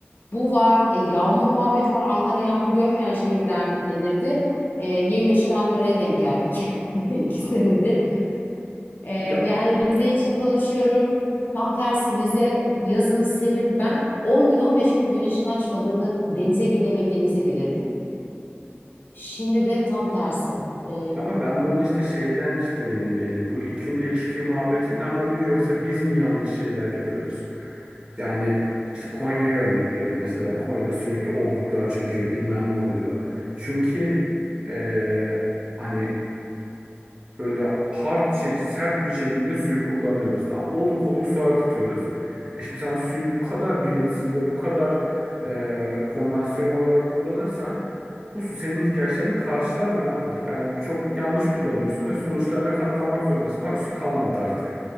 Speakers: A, on the left; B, on the right.
A: bu var. E, yağmur muhabbeti var. Ankara yağmur görmeyen şehirden denirdi. E, yemyeşil Ankara'ya denk geldik. <laughs> İki senedir. E,
B: Ya
A: yani Rize için konuşuyorum. Tam tersi Rize yazın serin. Ben 10 gün 15 gün güneşin açmadığını denize gidemediğimizi bilirdim. Şimdi de tam tersi. E,
B: Ama ben bunun işte şeyden cidden emin değilim. Bu iklim değişikliği muhabbetinden mi oluyor yoksa biz mi yanlış şeyler yapıyoruz? Yani işte Konya'yı örnek vereyim mesela. Konya'da sürekli obruklar çöküyor, bilmem ne oluyor. Çünkü eee, hani böyle hard şek- sert bir şekilde suyu kullanıyoruz. Tamam, oluk oluk su akıtıyoruz. E şimdi sen suyu bu kadar bilinçsiz ve bu kadar e, konvansiyonel olarak kullanırsan bu su senin ihtiyaçlarını karşılamıyor abi. Yani çok yanlış kullanıyorsun ve sonuçlarına katlanmak zorundasın. Bak su kalmadı artık.